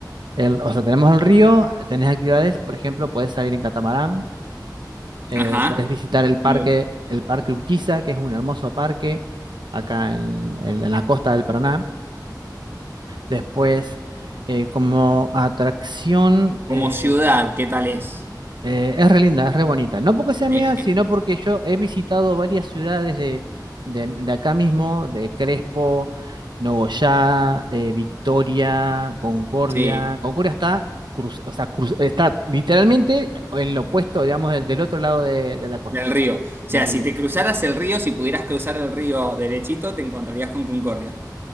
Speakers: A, on the right (about 85°); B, on the right (about 30°).
A: el, o sea, tenemos el río, tenés actividades, por ejemplo, podés salir en catamarán, eh,
B: Ajá.
A: podés visitar el parque,
B: Como,
A: el parque Urquiza, que es un hermoso parque acá en, en- en la costa del Paraná. Después, eh, como atracción, eh,
B: como ciudad, ¿qué tal es?
A: Eh, es re linda, es re bonita. No porque sea mía,
B: Eh,
A: sino
B: eh,
A: porque yo he visitado varias ciudades de, de- de acá mismo, de Crespo, Nogoyá, eh, Victoria, Concordia.
B: sí,
A: Concordia está, cruz- o sea, cruz- está literalmente en lo opuesto, digamos, del, del otro lado de, de la costa,
B: del río. O sea,
A: del río.
B: si te cruzaras el río, si pudieras cruzar el río derechito, te encontrarías con Concordia.